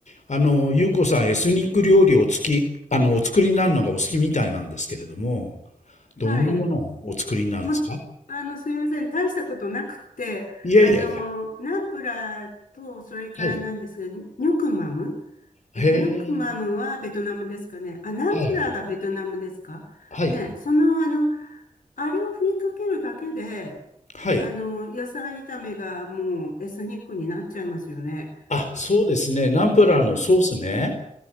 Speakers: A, on the left; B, on the left.
A: あの、ゆうこさん、エスニック料理をつき、あの、お作りになるのがお好きみたいなんですけれども、どんなものをお作りになるんですか
B: はい。もうあの、すみません。大したことなくて、
A: いやいやいや、
B: あの、ナンプラーと、それからなんですが、
A: はい。
B: ニョクマム
A: へえ、
B: え、ニョクマムはベトナムですかね。あ、ナンプラーがベトナムですかね、
A: はい、はい。
B: その、あの、あれを振りかけるだけで、
A: はい。
B: あの、野菜炒めがもうエスニックになっちゃいますよね。
A: あ、そうですね。ナンプラーのソースね。